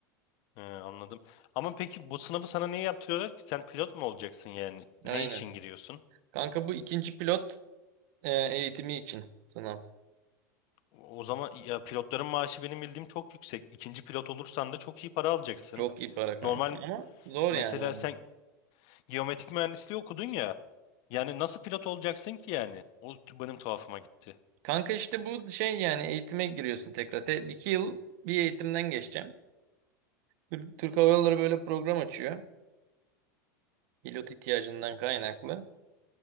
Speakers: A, on the left; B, on the right.
A: He, anladım. Ama peki bu sınavı sana niye yaptırıyorlar ki? Sen pilot mu olacaksın yani? Ne
B: Aynen.
A: için giriyorsun?
B: Kanka bu ikinci pilot e, eğitimi için sınav.
A: O o zaman ya pilotların maaşı benim bildiğim çok yüksek. İkinci pilot olursan da çok iyi para alacaksın.
B: Çok iyi para kanka
A: Normal
B: ama zor
A: mesela
B: yani onun.
A: sen Geometrik mühendisliği okudun ya. Yani nasıl pilot olacaksın ki yani? O t- benim tuhafıma gitti.
B: Kanka işte bu şey yani eğitime giriyorsun tekrar. Te iki yıl bir eğitimden geçeceğim. Tür- Türk Hava Yolları böyle program açıyor. Pilot ihtiyacından kaynaklı.